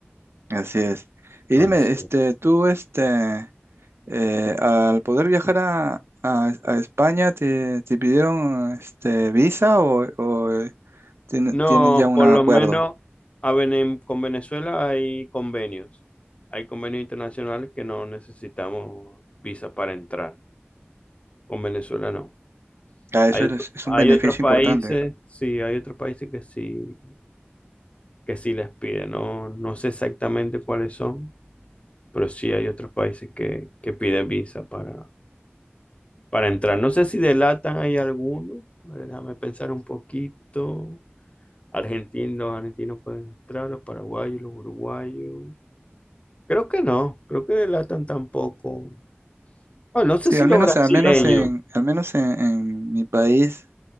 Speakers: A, on the right; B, on the left.
A: así es. Y
B: Entonces,
A: dime, este,
B: Sí,
A: tú, este, eh, al poder viajar a, a- a España, ¿te, te pidieron, este, visa o, o, eh, tiene-
B: no,
A: tienen ya
B: sí,
A: un
B: por
A: acuerdo?
B: lo claro. menos a Vene- con Venezuela hay convenios. Hay convenios internacionales que no necesitamos visa para entrar. Con Venezuela no.
A: Ah, eso
B: Hay otro-
A: es, es un
B: hay
A: beneficio
B: otros países,
A: importante.
B: sí, hay otros países que sí, que sí les piden. No, no sé exactamente cuáles son, pero sí hay otros países que, que piden visa para, para entrar. No sé si delatan hay alguno. A ver, déjame pensar un poquito. Argentinos, los argentinos pueden entrar, los paraguayos, los uruguayos. Creo que no, creo que delatan tampoco. Ah, no sé
A: Sí,
B: si
A: al
B: los
A: menos,
B: brasileños,
A: al menos en, al menos en, en mi país,